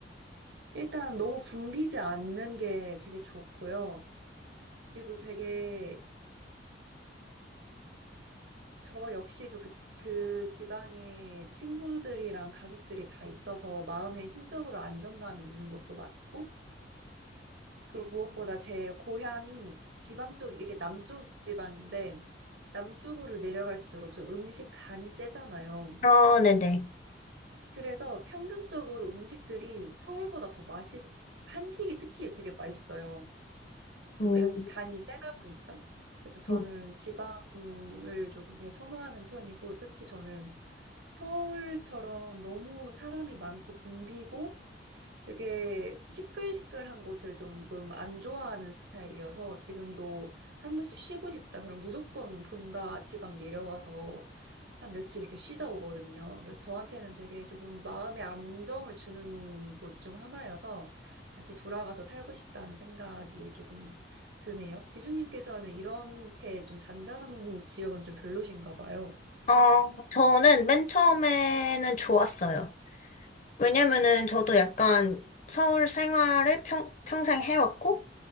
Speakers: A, on the right (about 80°); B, on the left (about 40°).
A: 일단 너무 붐비지 않는 게 되게 좋고요. 그리고 되게 저 역시도 그, 그 지방에 친구들이랑 가족들이 다 있어서 마음에 심적으로 안정감이 있는 것도 맞고, 그리고 무엇보다 제 고향이 지방 쪽, 이게 남쪽 지방인데, 남쪽으로 내려갈수록 좀 음식 간이 세잖아요.
B: 아, 네네.
A: 그래서 평균적으로 음식들이 서울보다 더 맛있, 한식이 특히 되게 맛있어요. 좀
B: 음,
A: 간, 간이 세다 보니까. 그래서 저는
B: 음.
A: 지방을 조금 되게 선호하는 편이고, 특히 저는 서울처럼 너무 사람이 많고 붐비고, 되게 시끌시끌한 곳을 조금 안 좋아하는 스타일이어서 지금도 한 번씩 쉬고 싶다. 그럼 무조건 본가 지방 내려와서 한 며칠 이렇게 쉬다 오거든요. 그래서 저한테는 되게 조금 마음의 안정을 주는 곳 중 하나여서 다시 돌아가서 살고 싶다는 생각이 조금 드네요. 지수님께서는 이렇게 좀 잔잔한 지역은 좀 별로신가 봐요.
B: 어, 저는 맨 처음에는 좋았어요. 왜냐면은 저도 약간 서울 생활을 평, 평생 해왔고,